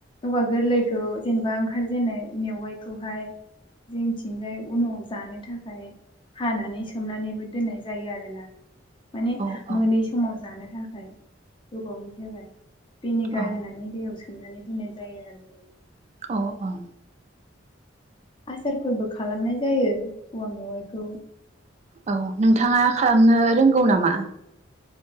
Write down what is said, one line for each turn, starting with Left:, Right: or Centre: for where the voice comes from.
Left: औवा गोरलैखौ जेनेबा ओंखारजेननाय मेवाइखौहाय जोंथिंजाय उनाव जानो थाखाय हानानै सोमनानैबो दोननाय जायो आरोना। माने
Right: औ
Left: मोनै समाव जानो थाखाय गोबावनि जाबाय। भिनेगार
Right: औ
Left: होनानै दैयाव सो सोमनानै दोननाय जायो आरो।
Right: औ औ।
Left: आसारफोरबो खालामनाय जायो औवा मेवाइखौ।
Right: औ नोंथाङा खालामनो रोंगौ नामा?